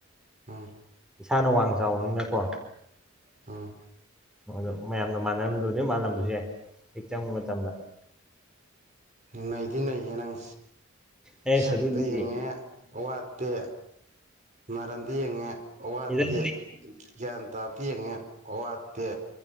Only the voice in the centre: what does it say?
ꯏꯁꯥꯅ ꯋꯥꯡ ꯆꯥꯎꯕꯅꯤꯅꯀꯣ
ꯑꯗꯣ ꯃꯌꯥꯝꯅ ꯃꯥꯟꯅꯔ ꯂꯣꯏꯗꯣꯏ ꯃꯥꯜꯂꯝꯕꯁꯨ ꯌꯥꯏ ꯍꯦꯛ ꯆꯪꯕ ꯃꯇꯝꯗ
ꯑꯦꯁ
ꯑꯗꯨꯒꯤꯗꯤ
ꯏꯔꯟ